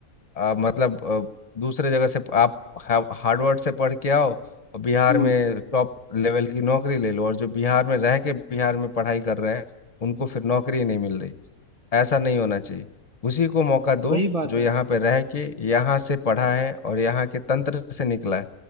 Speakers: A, on the left (about 35°); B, on the right (about 25°).
A: आ, मतलब आ, दूसरे जगह से आप हा- हार्वर्ड से पढ़ के आओ और बिहार
B: हम्म
A: में टॉप लेवल की नौकरी ले लो और जो बिहार में रह के बिहार में पढ़ाई कर रहे हैं उनको फिर नौकरी नहीं मिल रही ऐसा नहीं होना चाहिए उसी को मौका दो
B: वही बात
A: जो
B: है
A: यहाँ पे रह के यहाँ से पढ़ा है और यहाँ के तंत्र से निकला है